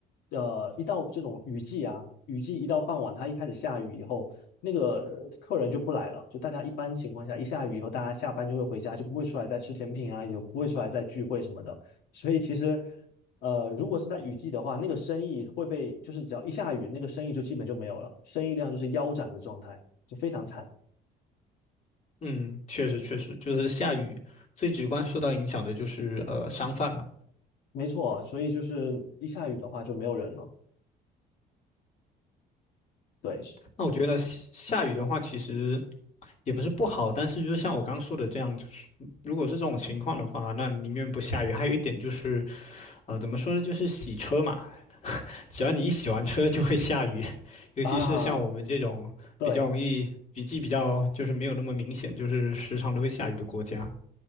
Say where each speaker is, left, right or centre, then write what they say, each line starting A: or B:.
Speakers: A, on the left (about 75°); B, on the left (about 40°).
A: 呃一到这种雨季啊，雨季一到傍晚，它一开始下雨以后，那个客人就不来了。就大家一般情况下，一下雨以后，大家下班就会回家，就不会出来再吃甜品啊，也不会出来再聚会什么的。所以其实呃，如果是在雨季的话，那个生意会被，就是只要一下雨，那个生意就基本就没有了，生意量就是腰斩的状态，就非常惨。
B: 嗯，确实确实，就是下雨最直观受到影响的就是呃商贩嘛。
A: 没错，所以就是一下雨的话就没有人了。对，是
B: 那我觉得下下雨的话，其实也不是不好，但是就像我刚刚说的这样，就是如果是这种情况的话，那宁愿不下雨。还有一点就是，呃，怎么说呢，就是洗车嘛，只要你一洗完车就会下雨，<laughs> 尤其是像我们这种比较容易雨季比较就是没有那么明显，
A: 啊，对，
B: 就是时常都会下雨的国家。